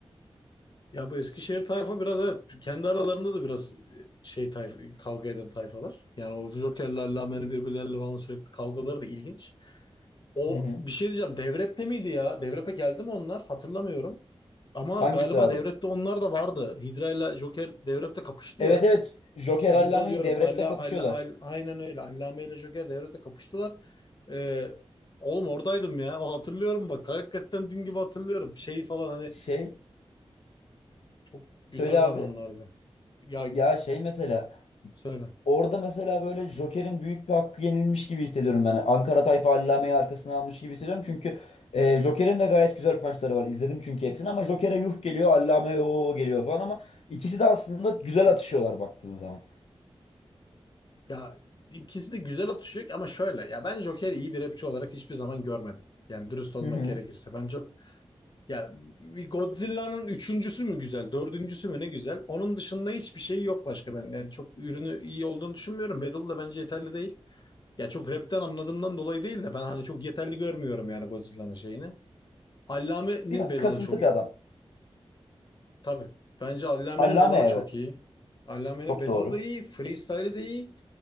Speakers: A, on the left; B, on the left.
A: Ya bu Eskişehir tayfa biraz evet kendi aralarında da biraz e, şey tayfa, kavga eden tayfalar. Yani o Joker'le Allame'nin birbirleriyle falan sürekli kavgaları da ilginç. O
B: Hı hı.
A: bir şey diyeceğim Devrep'te miydi ya? Devrep'e geldi mi onlar? Hatırlamıyorum. Ama
B: Hangisi
A: galiba
B: abi?
A: Devrep'te onlar da vardı. Hidra ile Joker Devrep'te kapıştı
B: Evet
A: ya.
B: evet Joker
A: Şey
B: Allame'yi
A: Hidra diyorum.
B: devrepte
A: Allah,
B: kapışıyorlar.
A: Allah, Al- aynen öyle. Allame ile Joker Devrep'te kapıştılar. Ee, oğlum oradaydım ya. O hatırlıyorum bak. Hakikaten dün gibi hatırlıyorum. şeyi falan hani
B: Şey
A: Çok güzel
B: söyle
A: zamanlardı.
B: abi.
A: Ya
B: Ya şey mesela
A: söyle.
B: orada mesela böyle Joker'in büyük bir hakkı yenilmiş gibi hissediyorum ben. Ankara tayfa Allame'yi arkasına almış gibi hissediyorum. Çünkü e, Joker'in de gayet güzel punchları var. İzledim çünkü hepsini ama Joker'e yuh geliyor Allame o geliyor falan ama ikisi de aslında güzel atışıyorlar baktığın zaman.
A: Ya ikisi de güzel atışıyor ama şöyle. Ya ben Joker'i iyi bir rapçi olarak hiçbir zaman görmedim. Yani dürüst olmak
B: Hı hı.
A: gerekirse. Ben çok ya bir Godzilla'nın üçüncüsü mü güzel, dördüncüsü mü ne güzel. Onun dışında hiçbir şey yok başka ben. Yani çok ürünü iyi olduğunu düşünmüyorum. Battle da bence yeterli değil. Ya çok rapten anladığımdan dolayı değil de ben hani çok yeterli görmüyorum yani Godzilla'nın şeyini. Allame'nin
B: Biraz
A: Battle'ı
B: kasıntı
A: çok
B: bir adam.
A: Tabii. Bence Allame'nin
B: Allame
A: Bedalı
B: evet.
A: çok iyi. Allame'nin
B: Çok
A: Bedalı
B: doğru.
A: da iyi. Freestyle'i de iyi.